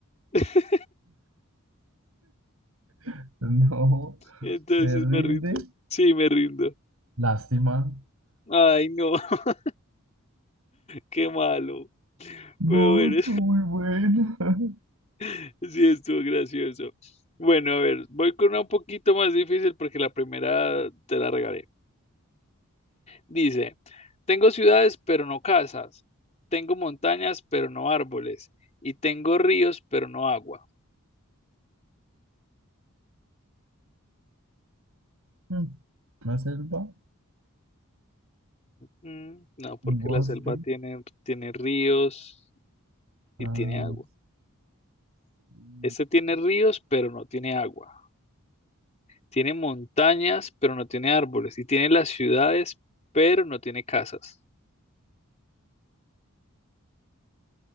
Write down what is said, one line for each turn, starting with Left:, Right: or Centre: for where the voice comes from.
Left: <laughs>
Right: <laughs> No,
Left: Entonces
Right: se rinde.
Left: me rindo. Sí, me rindo.
Right: Lástima.
Left: Ay, no, <laughs> qué malo.
Right: No,
Left: Pero bueno,
Right: tú muy buena. <laughs>
Left: <laughs> sí estuvo gracioso. Bueno, a ver, voy con una un poquito más difícil porque la primera te la regalé. Dice, tengo ciudades pero no casas, tengo montañas pero no árboles y tengo ríos pero no agua.
Right: Mm. Una selva,
Left: Mm, no, porque
Right: un bosque.
Left: la selva tiene, tiene ríos
Right: ah,
Left: y tiene agua.
Right: sí.
Left: Este tiene ríos pero no tiene agua. Tiene montañas, pero no tiene árboles. Y tiene las ciudades, pero no tiene casas.